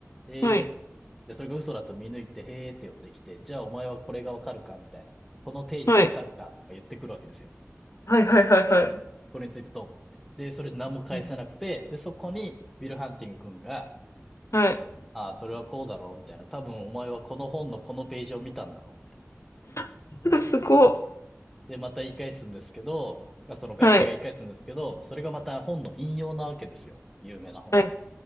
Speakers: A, in the centre; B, on the left (about 65°).
A: へー
B: ん。はい。
A: で、それが嘘だと見抜いて、へーって寄ってきて、じゃあお前はこれがわかるかみたいな。この定理がわかるかとか言ってくるわけですよ。
B: はい。はい、はい、はい、はい。
A: これについてどう思って。で、それ何も返せなくて、
B: うん
A: で、そこに、ウィル・ハンティング君が、
B: はい。
A: ああ、それはこうだろう、みたいな。多分お前はこの本のこのページを見たんだろ
B: <laughs> すごい。
A: う。で、また言い返すんですけど、その学生が言い返すんですけど、
B: はい。
A: それがまた本の引用なわけですよ。有名な本の。
B: はい。